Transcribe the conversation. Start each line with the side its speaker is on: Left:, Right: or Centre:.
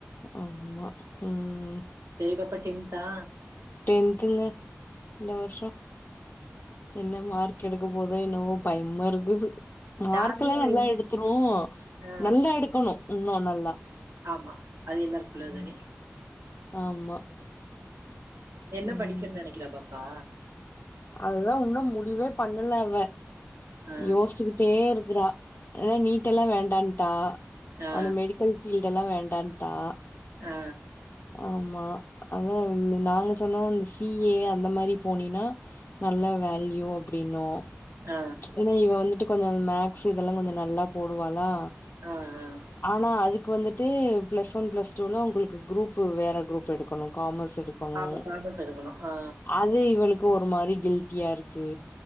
Left: ஆமா ம்
Right: பெரிய பாப்பா டென்த்தா
Left: டென்த்துங்க இந்த வர்ஷொ என்ன மார்க் எடுக்க போதோ என்னவோ பயம்மா இருக்குது மார்க்கல்லா
Right: நார்மலா அவ
Left: நல்லா
Right: என்
Left: எடுத் துரு
Right: ஆ
Left: நல்லா எடுக்கணு இன்னு நல்லா
Right: ஆமா அது எல்லாருக்கு உள்ளத்
Left: ம்
Right: தானே
Left: ஆமா
Right: என்ன
Left: ம்
Right: படிக்கன் நெனக்கிறா பாப்பா
Left: அதுதா ஒன்னும் முடிவே பண்ணல அவ
Right: ஆ
Left: யோஸ்ச்சுகிட்டே இருக்குறா ஆன நீட்டெல்லா வேண்டான்ட்டா
Right: ஆ
Left: அந்த மெடிக்கல் ஃபீல்டல்லா வேண்டான்ட்டா
Right: ஆ
Left: ஆமா அதா நாங்க சொன்னோ அந்த சிஏ அந்த மாரி போனீனா நல்ல வேல்யூ அப்டின்னோ
Right: ஹ்ஹ
Left: ஏன்னா இவ வந்துட்டு கொஞ்சொ மேக்ஸ் இதெல்லா கொஞ்சொ நல்லா போடுவாலா
Right: ஆ ஆ
Left: ஆனா அதுக்கு வந்துட்டு பிளஸ் ஒன் பிளஸ் டூல உங்கள்க்கு குரூப் வேற குரூப் எடுக்கணு காமஸ் எடு க்கணு
Right: ஆமா காமர்ஸ் எடுக்கணு ஆ
Left: அது இவளுக்கு ஒரு மாரி கில்ட்டியா இருக்கு